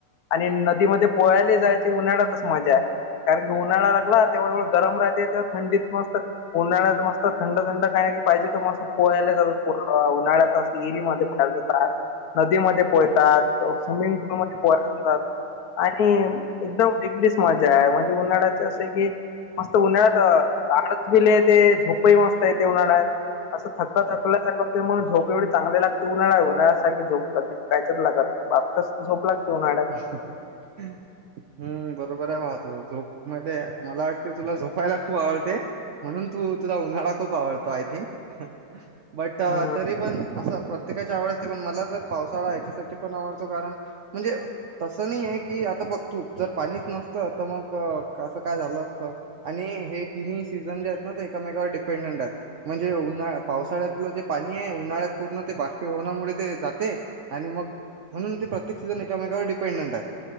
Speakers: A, on the left (about 70°); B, on the right (about 70°).
A: आणि नदीमध्ये पोहायले जायची, उन्हाळ्यातच मजा हाय. कारण की, उन्हाळा लागला तेव्हाव गरम राहते. तेव्हा थंडीत मस्तच उन्हाळयात मस्त थंड थंड काय की पाहिजे, तर मस्त पोहायला जातात पोरं. उन्हाळ्यात विहिरीमध्ये पोहायला जातात. नदीमध्ये पोहयतात, स्विमिंग पूलमध्ये पोहाय जातात. आणि एकदम वेगळीच मजा आहे म्हणजे उन्हाळ्याची असं की मस्त उन्हाळ्यात आळस बि लय येते. झोपही मस्त येते उन्हाळ्यात. असं थक थकल्या थकल्यासारखं वाटतंय म झोप पण, चांगली चांगले लागते उन्हाळ्या सारखी झोपतात काहयच लागत नाही. बातच झोप लागते उन्हाळ्यात
B: <inaudible> हम् बरोबरय, बाबा तुझं झोप मध्ये मला वाटते तुला झोपायला खूप आवडते म्हणून तु तुला उन्हाळा खूप आवडतो आय थिंक बट
A: हा
B: तरी पण असं प्र प्रत्येकाची आवड असते पण मला तर पावसाळा ह्याच्यासाठी पण आवडतो कारण म्हणजे तस नाहीये की आता बघ तू जर पाणीच नसतं तर मग कसं काय झालं असतं? आणि हे तिन्ही सीझन जे आहेत ना ते एकमेकावर डिपेंडंटन आहेत म्हणजे उन्हा पावसाळ्यातलं जे पाणीय, उन्हाळ्यात पूर्ण ते बाष्पीभवनामुळे ते जाते आणि मग म्हणून ते प्रत्येक सिजन एकमेकावर डिपेंडंनायत